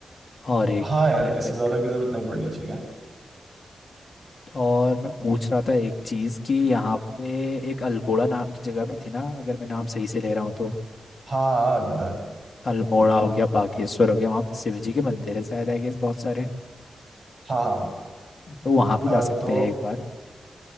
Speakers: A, on the left; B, on the right.
A: और एक
B: हाँ यार
A: backpack
B: इससे ज्यादा की जरूरत नहीं पड़नी चाहिए
A: और मैं पूछ रहा था एक चीज़ कि यहाँ पे एक अल्मोड़ा नाम की जगह भी थी ना अगर मैं नाम सही से ले रहा हूँ तो
B: हाँ हाँ अल्मोड़ा है।
A: अल्मोड़ा हो गया बागेश्वर हो गया वहाँ पे शिव जी के मंदिर है शायद आई गेस बहुत सारे
B: हाँ हाँ
A: तो वहाँ भी
B: अ,
A: जा सकते
B: तो
A: हैं एक बार